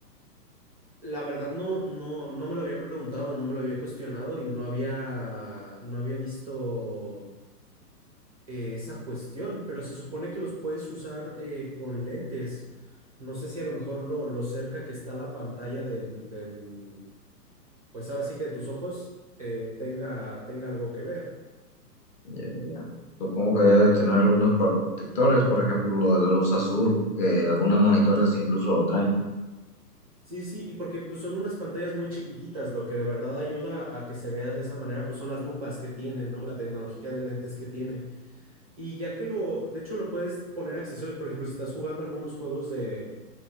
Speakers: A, on the right; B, on the left.
A: La verdad no, no, no me lo había preguntado, no me lo había cuestionado y no había, no había visto eh, esa cuestión, pero se supone que los puedes usar eh, con lentes. No sé si a lo mejor lo, lo cerca que está la pantalla del, del, pues ahora sí que de tus ojos eh, tenga, tenga algo que ver.
B: Ya, ya. Supongo que debe tener algunos protectores, por ejemplo, lo de la luz azul, que algunos monitores incluso lo traen.
A: Sí, sí, y porque pues, son unas pantallas muy chiquititas, lo que de verdad ayuda a que se vea de esa manera, pues son las lupas que tienen, ¿no? La tecnología de lentes que tiene. Y ya que lo, de hecho lo puedes poner accesorios, por ejemplo, si estás jugando algunos juegos de,